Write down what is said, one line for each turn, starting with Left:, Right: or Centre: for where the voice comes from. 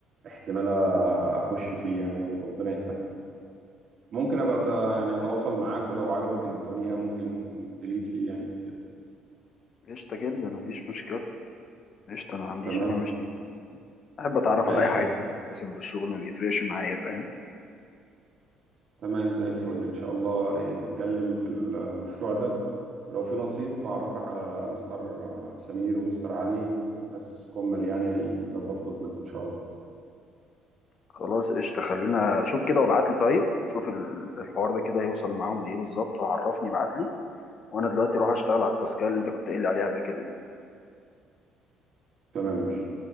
Right: احتمال اخش فيه يعني وربنا يسهل ممكن ابقى أت- يعني اتواصل معاك ولو عجبك الدنيا ممكن تليد فيه يعني وكده
Left: قشطه جدا مفيش مشكله قشطه انا ما عنديش
Right: تمام
Left: اي مشكله احب اتعرف
Right: ماشي
Left: على اي حاجه اساسا بالشغل ما بيفرقش معايا فاهم
Right: تمام زي الفل إن شاء الله إيه، نتكلم في المشروع ده ولو في نصيب بعرفك على مستر سمير ومستر علي ناس كمل يعني هيظبطوا الدنيا إن شاء الله
Left: خلاص قشطه خلينا شوف كده وابعت لي طيب شوف ال- الحوار ده كده هيوصل معاهم لايه بالظبط وعرفني ابعت لي وانا دلوقتي اروح اشتغل على التاسكيه اللي انت كنت قايل لي عليها قبل كده دي
Right: تمام ماشي